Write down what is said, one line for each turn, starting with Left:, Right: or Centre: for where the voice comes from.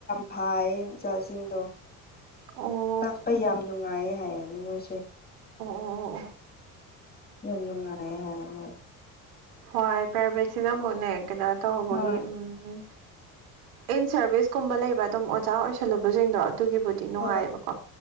Left: ꯐꯌꯦ ꯆꯆꯥꯁꯤꯡꯗꯣ
Right: ꯑꯣ ꯑꯣ
Left: ꯇꯥꯛꯄ ꯌꯥꯝ ꯅꯨꯡꯉꯥꯏꯌꯦ ꯍꯥꯏꯌꯦꯅꯦ ꯃꯣꯏꯁꯦ
Right: ꯑꯣ
Left: ꯌꯥꯝꯅꯉꯑ ꯍꯥꯏ
Right: ꯍꯣꯏ ꯄ꯭ꯔꯥꯏꯚꯦꯠꯁꯤꯅ ꯑꯃꯨꯛꯅꯦ ꯀꯩꯅꯣ ꯇꯧꯧꯕꯒꯤ
Left: ꯍꯣꯏ
Right: ꯎꯝ ꯏꯟ ꯁꯔꯚꯤꯁꯀꯨꯝꯕ ꯂꯩꯕ ꯑꯗꯨꯝ ꯑꯣꯖꯥ ꯑꯣꯏꯁꯜꯂꯨꯕꯁꯤꯡꯗꯣ ꯑꯗꯨꯒꯤꯕꯨꯗꯤ ꯗꯤ ꯅꯨꯡꯉꯥꯏꯌꯦꯕꯀꯣ
Left: ꯍꯣꯏ